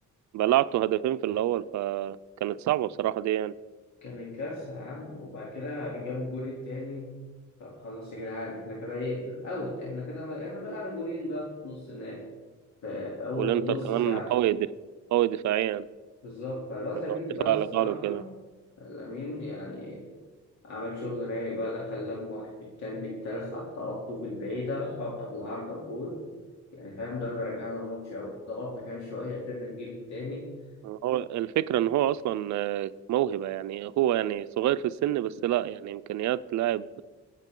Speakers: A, on the right; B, on the left.
A: بلعته هدفين في الاول فكانت صعبة بصراحة دي يعني
B: كانت كارثة يا عم وبعد كده جابوا الجول التاني طب خلاص يا جدعان احنا كده ايه اوت احنا كده انا بلعب جولين بقى في نص النهائي ف- في أول
A: والانتر
B: نص
A: كمان
B: ساعة
A: قوي دف... قوي دفاعيا
B: بالظبط فالواد
A: الدفاع
B: لامين بقى الصراحة
A: الايطالي وكده
B: لامين يعني عمل شغل رايق بقى دخل لم واحد في التاني في التالت حط في البعيدة خبطة في العارضة وجول يعني فاهم ده اللي رجعنا الماتش أوي ضغطنا كان شوية قدرنا نجيب التاني
A: هو الفكرة ان هو اصلا آه، موهبة يعني هو يعني صغير في السن بس لا يعني امكانيات لاعب